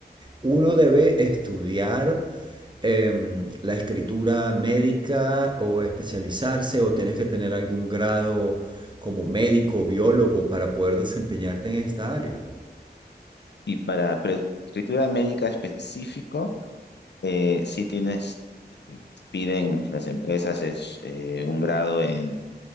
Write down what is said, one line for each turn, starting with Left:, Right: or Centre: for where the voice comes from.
Right: Uno debe estudiar em, la escritura médica o especializarse o tienes que tener algún grado como médico o biólogo para poder desempeñarte en esta área.
Left: Y para pre- escritura médica específico, eh, sí tienes, eh, piden las empresas es eh, un grado en,